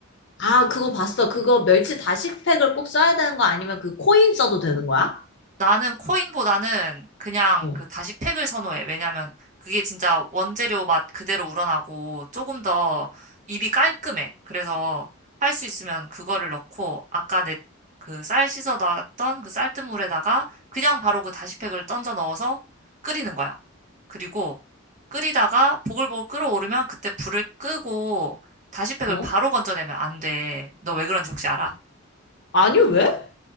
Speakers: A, on the left (about 60°); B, on the right (about 35°).
A: 아, 그거 봤어. 그거 멸치 다시팩을 꼭 써야 되는 거 아니면 그 코인 써도 되는 거야?
B: 나는 코인보다는 그냥
A: 어,
B: 그 다시 팩을 선호해. 왜냐면 그게 진짜 원재료 맛 그대로 우러나고 조금 더 입이 깔끔해. 그래서 할 수 있으면 그거를 넣고 아까 내 그 쌀 씻어 놨던 그 쌀뜨물에다가 그냥 바로 그 다시 팩을 던져 넣어서 끓이는 거야. 그리고 끓이다가 보글보글 끓어오르면 그때 불을 끄고 다시 팩을
A: 어?
B: 바로 건져내면 안 돼. 너 왜 그런지 혹시 알아?
A: 아니, 왜?